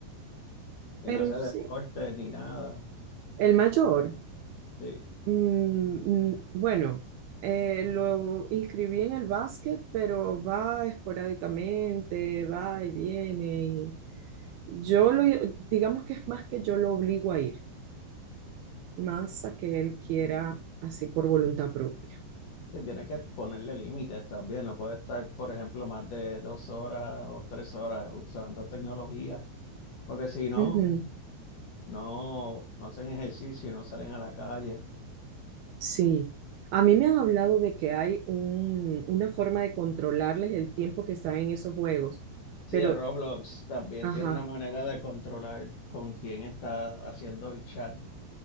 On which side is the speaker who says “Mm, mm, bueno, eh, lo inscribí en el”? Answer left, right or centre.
Right